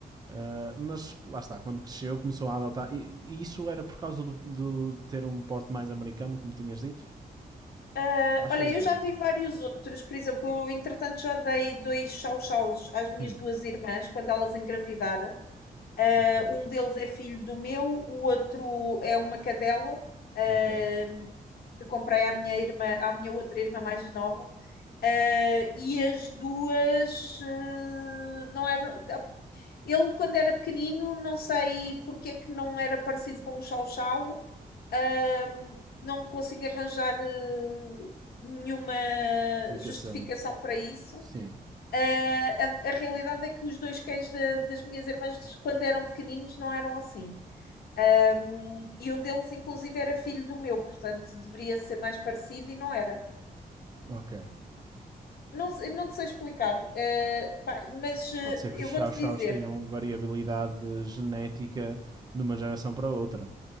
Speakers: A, on the right; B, on the left.
A: Ah, mas lá está, quando cresceu começou a adotar. E, e isso era por causa do, do- de ter um porte mais americano, como tinhas dito?
B: Ah,
A: Achas?
B: olha, eu
A: Ou...
B: já vi vários outros. Por exemplo, eu, entretanto, já dei dois chau-chaus às minhas
A: Hum,
B: duas irmãs quando elas engravidaram. Ah,
A: ok,
B: um deles é filho do meu, o outro é uma cadela, ah,
A: ok.
B: que comprei à minha irmã, à minha outra irmã mais nova. Ah, e as duas ah, não eram. tá, Ele, quando era pequenino, não sei porque é que não era parecido com o Chau Chau, ah, não consigo arranjar ah, nenhuma
A: Explicação.
B: justificação para isso.
A: Sim,
B: Ah, a, a realidade é que os dois cães da- das minhas irmãs, quando eram pequeninos, não eram assim. Ah, e um deles, inclusive, era filho do meu, portanto, deveria ser mais parecido e não era.
A: ok.
B: Não, sei- não te sei explicar, eh, pá, mas eh,
A: Pode ser
B: eu
A: que os chow-chows
B: vou-te dizer,
A: tenham variabilidade genética de uma geração para outra.